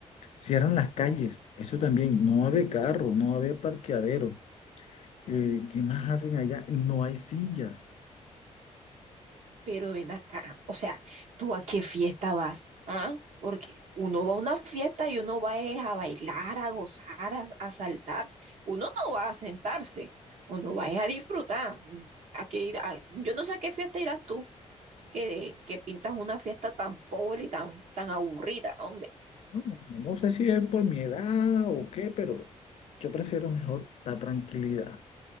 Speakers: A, on the left; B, on the right.
A: Cierran las calles, eso también, no va a haber carro, no va a haber parqueadero. Eh, ¿qué más hacen allá? No hay sillas.
B: Pero ven acá, o sea, ¿tú a qué fiesta vas? ¿Ah? Porque uno va a una fiesta y uno va es a bailar, a gozar, a, a saltar. Uno no va a sentarse, uno va es a disfrutar. ¿A qué ir? a- Yo no sé a qué fiesta irás tú, que, que pintas una fiesta tan pobre y tan, tan aburrida, hombre.
A: No, no sé si es por mi edad o qué, pero yo prefiero mejor la tranquilidad.